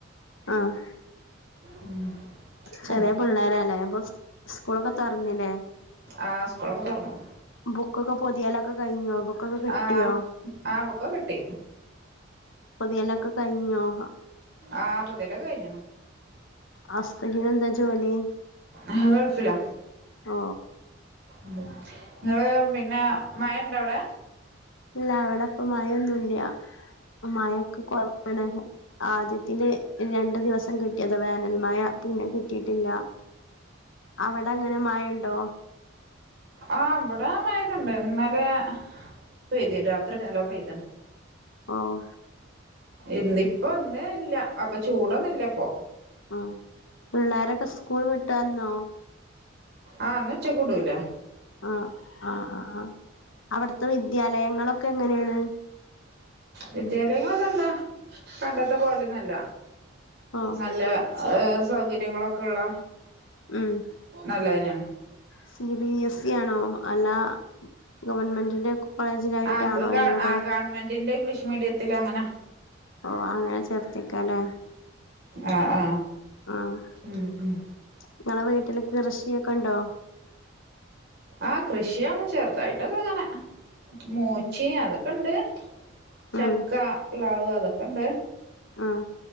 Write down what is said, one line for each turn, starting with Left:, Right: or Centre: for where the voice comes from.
Left: ആഹ്
Right: ഉം കൊണ്ട
Left: ചെറിയ പിള്ളേരാ ലേ അപ്പൊ സ്കൂളൊക്കെ തുറന്നില്ലേ
Right: ആഹ സ്കൂളൊക്കെ തൊർന്നു
Left: ബുക്കൊക്കെ പൊതിയാലൊക്കെ കഴിഞ്ഞോ ബുക്കൊക്കെ കിട്ടിയോ
Right: ആ ആ ബുക്കൊക്കെ കിട്ടി
Left: പൊതിയലൊക്കെ കഴിഞ്ഞോ ആഹ
Right: ആ പൊതിയലൊക്കെ കഴിഞ്ഞ്ണ്
Left: ഹസ്ബന്റിന്എന്താ ജോലി
Right: അഹ് ഗൾഫിലാ
Left: ഓ
Right: നിങ്ങള് പിന്നെ മഴ ഉണ്ടോ അവിടെ
Left: ഇല്ല അവിടെപ്പ മഴൊന്നുംല്ല മഴൊക്കെ കൊ ആണ് ആദ്യത്തിലെ രണ്ടു ദിവസം കിട്ടിയത് വേനൽമഴ പിന്നെ കിട്ടിയിട്ടില്ല അവിടെ എങ്ങനെ മഴ ഉണ്ടോ?
Right: ആഹാ ഇവിടെ മഴക്കുണ്ട് ഇന്നലെ പെയ്തിന്ന് രാത്രിക്കെ നല്ല പെയ്തണ്ട്.
Left: ഒഹോ
Right: ഇന്ന് ഇപ്പൊ ഇന്ന് ഇല്ല അപ്പൊ ചൂടാന്ന് ഇല്ല ഇപ്പോ
Left: ആാ പിള്ളേരൊക്കെ സ്കൂൾ വിട്ടു വന്നോ?
Right: ആഹാ ഇന്ന്‌ ഉച്ചക്ക് കൂടൂല്ലേ
Left: ആഹ ആഹാ ആാ ആാാ അവിടുത്തെ വിദ്യാലയങ്ങളൊക്കെ എങ്ങനെയാണ്?
Right: വിദ്യാലയങ്ങളൊക്കെ എന്താ പണ്ടത്തെപ്പോലെ ഒന്നുമല്ല
Left: ഓഹ്
Right: നല്ല സൗകര്യങ്ങളൊക്കെ ഉള്ള
Left: ഉം
Right: നല്ലതിനന്നെയാണ്
Left: സി ബി എസ് സി ആണോ അല്ല ഗവൺമെന്റിന്റെ കോളേജിലായിട്ടാണോ
Right: ആ
Left: എങ്ങനെ
Right: ആ
Left: പണി
Right: ഗവൺമെന്റിന്റെ ഇംഗ്ലീഷ് മീഡിയത്തിൽ അങ്ങനെ
Left: ഓ അങ്ങനെ ചേർത്തിക്കല്ലേ
Right: ആഹാ ആഹാ
Left: ആഹ്
Right: മം മ്മം
Left: നിങ്ങളെ വീട്ടില് കൃഷിയൊക്കെ ഉണ്ടോ?
Right: ആഹാ കൃഷി ചെറുതായിട്ടൊക്കെ അങ്ങനെ മൂച്ചയും
Left: ഉം
Right: അതൊക്കെ ഇണ്ട് ചക്ക
Left: ഉം
Right: പ്ലാവ് അതൊക്കെണ്ട്
Left: ആഹാ